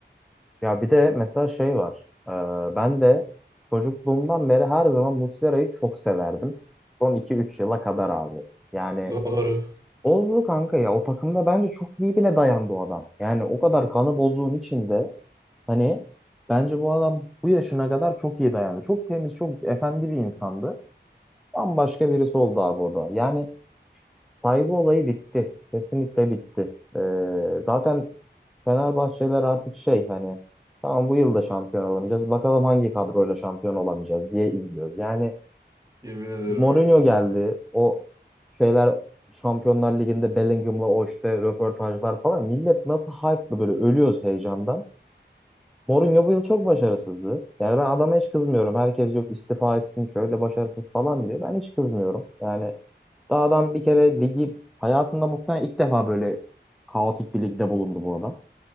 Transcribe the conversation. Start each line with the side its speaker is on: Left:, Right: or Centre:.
Centre: Ya bir de mesela şey var. Ee, ben de çocukluğumdan beri her zaman Muslera'yı çok severdim. Son iki üç yıla kadar abi. Yani
Right: Doğru.
Centre: bozdu kanka ya. O takımda bence çok iyi bile dayandı o adam. Yani o kadar kanı bozduğun içinde Hani bence bu adam bu yaşına kadar çok iyi dayandı. Çok temiz, çok efendi bir insandı. Bambaşka birisi oldu abi o da. Yani saygı olayı bitti. Kesinlikle bitti. Ee, zaten Fenerbahçeliler artık şey hani tamam bu yıl da şampiyon olamayacağız. Bakalım hangi kadroyla şampiyon olamayacağız diye izliyoruz. Yani
Right: Yemin ederim
Centre: Mourinho
Right: öyle.
Centre: geldi. O şeyler Şampiyonlar Ligi'nde Bellingham'la o işte röportajlar falan. Millet nasıl hype'lı böyle ölüyoruz heyecandan. Mourinho bu yıl çok başarısızdı. Yani ben adama hiç kızmıyorum. Herkes yok istifa etsin şöyle başarısız falan diyor. Ben hiç kızmıyorum. Yani daha adam bir kere ligi hayatında muhtemelen ilk defa böyle kaotik bir ligde bulundu bu adam.